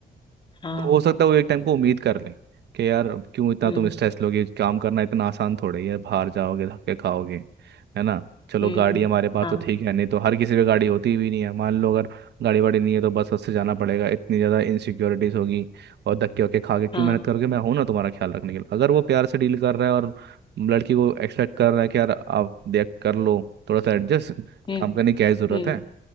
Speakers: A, on the left (about 30°); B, on the right (about 80°).
A: हाँ
B: तो हो सकता है वो एक टाइम को उम्मीद कर ले कि यार अब क्यों इतना
A: हम्म
B: तुम स्ट्रेस लोगे काम करना इतना आसान थोड़ा ही है बाहर जाओगे धक्के खाओगे है ना चलो
A: हम्म
B: गाड़ी
A: हम्म,
B: हमारे पास
A: हाँ
B: तो ठीक है नहीं तो हर किसी पे गाड़ी होती भी नहीं है मान लो अगर गाड़ी वाड़ी नहीं है तो बस उससे जाना पड़ेगा इतनी ज़्यादा इनसिक्योरिटीज होगी और धक्के वक्के खा के क्यों
A: हाँ
B: मेहनत करोगे मैं हूं ना तुम्हारा ख्याल रखने के लिए अगर वो प्यार से डील कर रहा है और लड़की को एक्सपेक्ट कर रहा है कि यार आप देख कर लो थोड़ा सा एडजस्ट
A: हम्म
B: काम करने की क्या ही जरूरत
A: हम्म
B: है